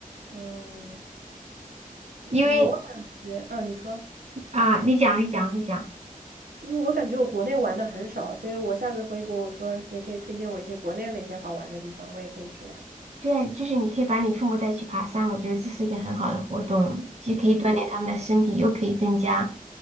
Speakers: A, on the right; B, on the right.
A: 嗯，我感觉啊，
B: 因为
A: 你说，
B: 啊，你讲，你讲，你讲。
A: 因为我感觉我国内玩的很少，所以我下次回国，我说也可以推荐我一些国内有哪些好玩的地方，我也可以去玩。
B: 对啊，就是你可以把你父母带去爬山，我觉得这是一个很好的活动，既可以锻炼他们的身体，
A: 嗯
B: 又可以增加